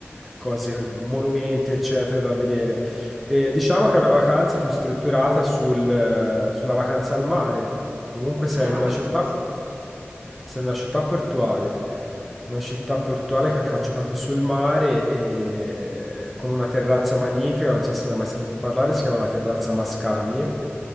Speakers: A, in the centre; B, on the right.
A: cose, monumenti, eccetera, da vedere. Eh, diciamo che è una vacanza più strutturata sul, eh, sulla vacanza al mare. Comunque
B: sulla
A: sei in
B: vacanza,
A: una città,
B: esatto.
A: sei in una città portuale, una città portuale che affaccia proprio sul mare e con una terrazza magnifica, non so se ne hai mai sentito parlare, si chiama la terrazza Mascagni,